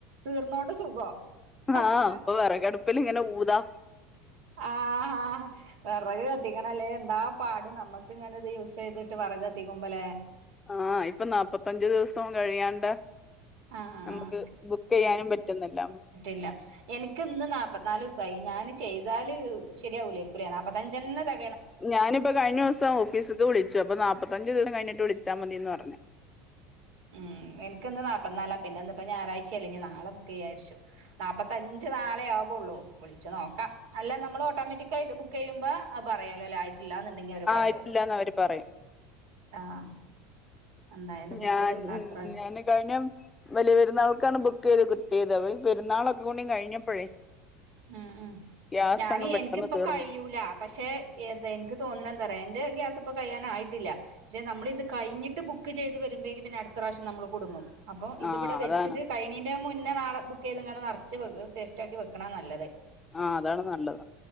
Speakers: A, on the right (about 75°); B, on the left (about 20°).
A: തീർന്നോണ്ട് സുഖോ അതെന്താ
B: ആഹ് പ്പ വെറകട്പ്പില്ങ്ങനെ ഊതാ
A: ആഹ് ആഹ് വെറക് കത്തിക്കണല്ലേ എന്താ പാട് നമ്മക്ക് ഇങ്ങനെത് യൂസെയ്ത്ട്ട് വറക് കത്തിക്കുമ്പലെ
B: ആഹ് ഇപ്പൊ നാപ്പത്തഞ്ചു ദിവസം കഴിയാണ്ട്.
A: ആഹ്
B: നമുക്ക് ബുക്കെയ്യാനും പറ്റുന്നില്ല.
A: ഇല്ല. എനിക്ക് ഇന്ന് നാപ്പത്ത്നാലൂസായി ഞാന് ചെയ്താല് ശരിയാവുലെയിരിക്കൂലേ നാപ്പത്തഞ്ചെന്നഞ തെ
B: ഞാനിപ്പ കഴിഞ്ഞോസം ഓഫീസ്ക്ക് വിളിച്ചു അപ്പൊ നാപ്പത്തഞ്ച് ദിസം കഴിഞ്ഞട്ട് വിളിച്ചാൽ മതിന്ന് പറഞ്ഞു.
A: ഉം എനക്ക്ന്ന് നാൽപ്പന്നാലാ പിന്നെന്താപ്പ ഞായറാഴ്ചേല്ലേ ഇനി നാളെ ബുക്കെയ്യാരിച്ചു. നാപ്പത്തഞ്ച് നാളെ ആവുള്ളൂ, വിളിച്ച് നോക്കാ അല്ല നമ്മൾ ഓട്ടോമാറ്റിക് ആയിട്ട് ബുക്കെയ്യുമ്പാ അത് പറയാലോല്ലേ ആ ട്ടില്ലാന്നുണ്ടെങ്കി അവര്
B: ആയിട്ടില്ലാന്ന്
A: പറയോലോ
B: അവര് പറയും
A: ആഹ്, എന്തായാലും ബുക്ക്
B: ഞാൻ
A: ചെയ്തിടണം
B: ഉ
A: അടുത്ത പ്രാവശ്യം
B: ഞാന് കഴിഞ്ഞ വലിയ പെരുന്നാൾക്കാണ് ബുക്കെയ്ത് കിട്ടിയത് അപ്പ പെരുന്നാളൊക്കെ കൂടി കഴിഞ്ഞപ്പോഴേ
A: ഉം ഉം
B: ഗ്യാസ്
A: ഞാന്
B: അങ്ങ്
A: എനിക്കിപ്പ
B: പെട്ടെന്ന് തീർന്നു
A: കഴിയൂല പക്ഷെ. ഏതാ എനിക്ക് തോന്നുന്ന എന്താറയാ എന്റെ ഗ്യാസ് ഇപ്പോ കഴിയാൻ ആയിട്ടില്ല. പക്ഷെ നമ്മളിത് കയിഞ്ഞിട്ട് ബുക്ക് ചെയ്ത് വരുമ്പേക്ക് പിന്നെ അടുത്തറാശം നമ്മള് കുടുങ്ങും. അപ്പോ ഇതിവിടെ
B: ആഹ്
A: വെച്ചിട്ട്
B: അതാണ്
A: കഴിയണീന്റെ മുന്നേ നാളെ ബുക്കെയ്ത് ഇങ്ങന നറച്ച് വെക്ക സേഫ്റ്റി ആക്കി വെക്ക ക്കണാ നല്ലത്
B: ആഹ് അതാണ് നല്ലത്.